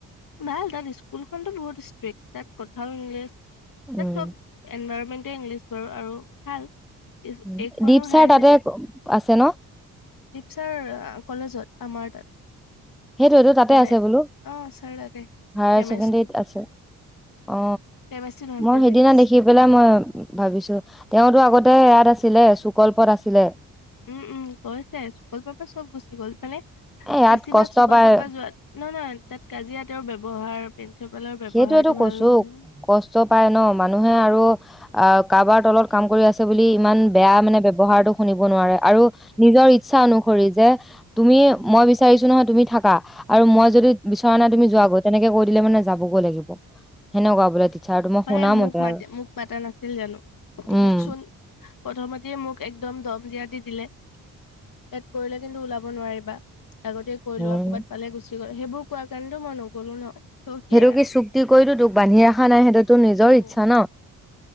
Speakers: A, on the left; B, in the centre.
A: ভাল তাত স্কুলখনতটো বহুত ষ্ট্ৰিক্ট তাত কোথাও ইংলিছ তাত
B: উম
A: চব এনভাইৰমেণ্ট গোটেই ইংলিছ বাৰু আৰু ভাল
B: উম
A: এইখনো
B: দীপ ছাৰ
A: হায়াৰ
B: তাতে
A: ছেকেণ্ড
B: আছে ন
A: দীপচাৰ কলেজত আমাৰ তাত
B: সেইটোটো তাতে
A: মানে
B: আছে বোলো
A: অ' ছাৰ তাতে
B: হায়াৰ
A: কেমেষ্ট্ৰি
B: চছেকেণ্ডাৰীত আছে অ
A: কেমেষ্ট্ৰি নহয়
B: মই
A: ফিজিক্স
B: সেইদিনা দেখি পেলাই মই ভাবিছো তেওঁতো আগত তে ইয়াত আছিলে সুকল্পত আছিলে
A: উম উম গৈছে চুকল্পৰ পৰা চব গুচি গ'ল মানে
B: এ ইয়াত
A: বেছিভাগ
B: কষ্ট
A: চুকল্পৰ
B: পায়
A: পৰা যোৱ নহয় নহয় তাত কাজিয়া তেওঁৰ ব্যব ব্যৱহাৰ প্ৰিন্সিপালৰ ব্যৱহাৰটো
B: সেইটোটো কৈছো
A: ভাল নহয়।
B: কষ্ট পাই ন মানুহে আৰু অ কাৰোবাৰ তলত কাম কৰি আছে বুলি ইমান বেয়া মানে ব্যৱহাৰটো শুনিব নোৱাৰে আৰু নিজৰ ইচ্ছা অনুসৰি যে তুমি মই বিচাৰিছো নহয় তুমি থাকা আৰু মই যদি বিচৰা নাই তুমি যোৱা গৈ তেনেকে কৈ দিলে মানে যাবগৈ লাগিব সেনেকুৱা বোলে টিচাৰটো মই
A: অ
B: শুনা
A: মোক
B: মতে
A: মা
B: আৰু
A: মোক মাতা নাছিল জানো
B: উম,
A: মোকচোন প্ৰথমতে মোক এক একদম দম দিয়াত দি দিলে ইয়াত কৰিলে কিন্তু ওলাব নোৱাৰিবা। আগতে কৈ
B: উম।
A: লোৱা ক'ৰবাত পালে গুচি গল সেইবোৰ কোৱা কাৰণে টো মই নগলো ন! ত' সেয়া
B: সেইটো কি চুক্তি কৰিতো তোক বান্ধি ৰখা নাই সেইটো তোক তোৰ নিজৰ
A: উম,
B: ইচ্ছা ন,